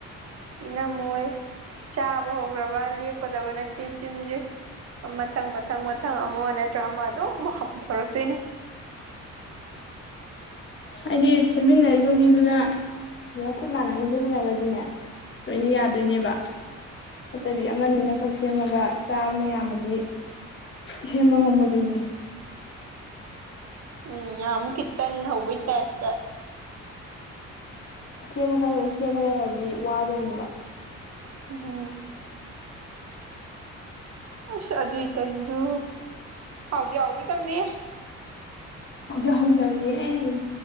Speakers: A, on the right (about 55°); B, on the left (about 40°).
A: ꯏꯅꯝꯣꯏ ꯆꯥꯕ ꯍꯧꯈ꯭ꯔꯕ ꯂꯦꯞꯀꯗꯕ ꯅꯠꯇꯦ ꯆꯤꯟꯁꯦ ꯃꯊꯪ ꯃꯊꯪ ꯃꯊꯪ ꯑꯃ ꯅꯠꯇ꯭ꯔ ꯑꯃ ꯑꯗꯨꯝ ꯑꯃꯨꯛ ꯄꯨꯊꯣꯔꯛꯇꯣꯏꯅꯤ
B: ꯍꯥꯏꯗꯤ ꯁꯦꯝꯃꯤꯟꯅꯔꯤꯕ ꯃꯤꯗꯨꯗ ꯉ ꯈꯨꯠ ꯃꯥꯟꯅꯅ ꯁꯦꯝꯃꯤꯟꯅꯈ꯭ꯔꯗꯤꯅꯦ ꯂꯣꯏꯅ ꯌꯥꯗꯣꯏꯅꯦꯕ ꯅꯠꯇꯕꯤ
A: ꯎꯝ
B: ꯑꯃꯅꯤꯅ ꯈꯛ ꯁꯦꯝꯃꯒ ꯆꯥꯕꯅ ꯌꯥꯝ ꯑꯃꯗꯤ ꯁꯦꯝꯕ ꯉꯝꯃꯣꯏꯗꯣꯏꯅꯤ
A: ꯎꯝ ꯑꯃꯛ ꯏꯠꯇꯅꯤ ꯍꯣꯏꯇ ꯏꯇ
B: ꯁꯦꯝꯕ ꯈꯔ ꯑꯗꯨꯝ ꯁꯦꯝꯃ ꯂꯩ ꯍꯧꯔꯗꯤ ꯋꯥꯗꯣꯏꯅꯦꯕ
A: ꯎꯝ ꯑꯁ ꯑꯗꯨ ꯏꯇꯟꯗꯨ ꯄꯥꯎꯗꯤ ꯌꯥꯎꯈꯤꯗꯕꯅꯦ
B: ꯑꯣ ꯌꯥꯎꯈꯤꯗꯕꯅꯦ ꯑꯦ